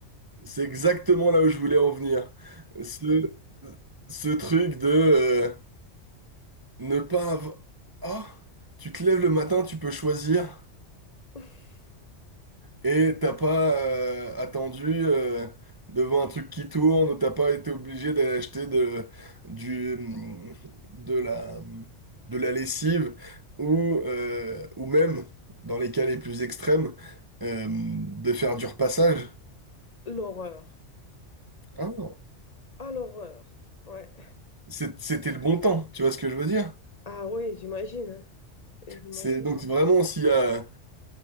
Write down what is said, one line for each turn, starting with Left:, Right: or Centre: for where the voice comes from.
Right: C'est exactement là où je voulais en venir. Ce, ce truc de euh, ne pas avoir... Ah, tu te lèves le matin, tu peux choisir.
Left: <laughs>
Right: Et t'as pas euh, attendu euh, devant un truc qui tourne ou t'as pas été obligé d'aller acheter de, du, mm, de la, de la lessive ou, euh, ou même, dans les cas les plus extrêmes, euh, de faire du repassage.
Left: L'horreur.
Right: Ah,
Left: Ah, l'horreur. Ouais.
Right: C'est- C'était le bon temps, tu vois ce que je veux dire?
Left: Ah oui, j'imagine. hein. J'imagine.
Right: C'est donc vraiment s'il y a,